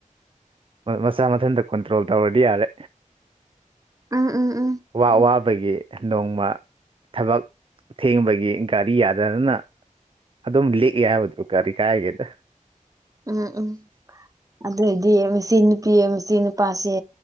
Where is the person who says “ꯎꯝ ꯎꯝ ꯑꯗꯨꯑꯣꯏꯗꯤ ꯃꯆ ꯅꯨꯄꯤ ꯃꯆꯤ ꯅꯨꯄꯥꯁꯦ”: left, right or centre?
Right